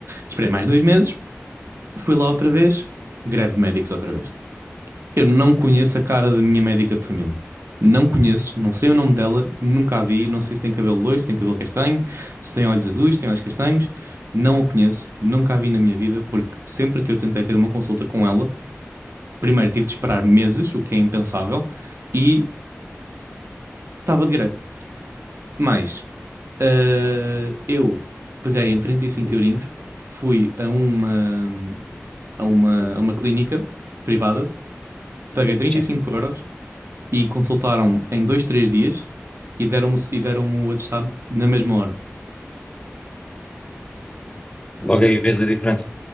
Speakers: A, on the right (about 55°); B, on the left (about 20°).
A: Esperei mais dois meses, fui lá outra vez, greve de médicos outra vez. Eu não conheço a cara da minha médica de família. Não conheço, não sei o nome dela, nunca a vi, não sei se tem cabelo loiro, se tem cabelo castanho, se tem olhos azuis, se tem olhos castanhos. Não a conheço, nunca a vi na minha vida, porque sempre que eu tentei ter uma consulta com ela, primeiro tive de esperar meses, o que é impensável, e estava de greve. Mas ah, eu peguei em 35 eurinhos, fui a uma, a uma, a uma clínica privada, paguei 35
B: sim.
A: euros e consultaram-me em dois, três dias e deram-me e deram-me o atestado na mesma hora.
B: Logo aí vês a diferença.